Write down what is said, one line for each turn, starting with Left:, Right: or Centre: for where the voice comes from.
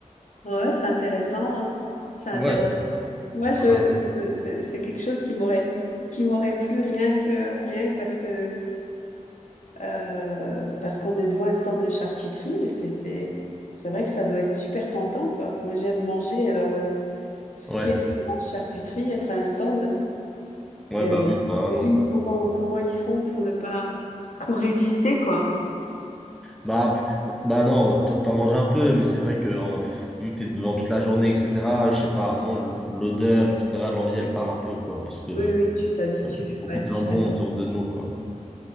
Left: Ouais, c'est intéressant, hein. C'est intéressant.
Centre: Ouais.
Left: Moi, je,
Centre: Voilà.
Left: c'est c'est- c'est quelque chose qui m'aurait, qui m'aurait plu rien que, rien que parce que euh, parce qu'on est devant un stand de charcuterie, mais c'est, c'est, c'est vrai que ça doit être super tentant, quoi. Moi, j'aime manger, alors euh, tout ce
Centre: Ouais.
Left: qui est fromage, charcuterie, être à un stand, c'est...
Centre: Ouais, bah oui, bah
Left: Je
Centre: non,
Left: me dis,
Centre: bah.
Left: mais comment, comment ils font pour ne pas... Pour résister, quoi.
Centre: Bah, pff, bah non, t'en t'en manges un peu, mais c'est vrai que euh, pff, vu que t'es devant toute la journée, etc., je sais pas, à un moment, l'odeur, etc., l'envie, elle part un peu, quoi, parce que euh,
Left: Oui, oui, tu t'habitues,
Centre: beaucoup
Left: ouais,
Centre: de jambon
Left: tu t'habitues.
Centre: autour de nous, quoi.